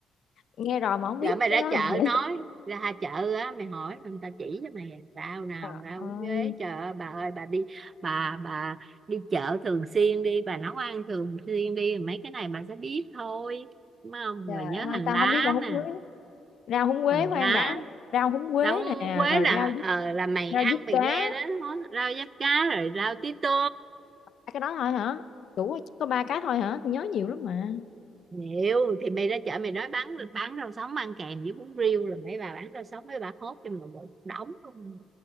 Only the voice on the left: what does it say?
nghe rồi mà không biết
cái
đó
là dễ
Trời
ơi
trời
ơi
tao
không biết rau húng
quế rau húng quế
khoan
đã rau húng quế
nè
rồi
rau diếp-
rau
diếp
cá
ba cái đó thôi hả đủ có- chỉ có ba cái thôi hả Tôi nhớ nhiều lắm mà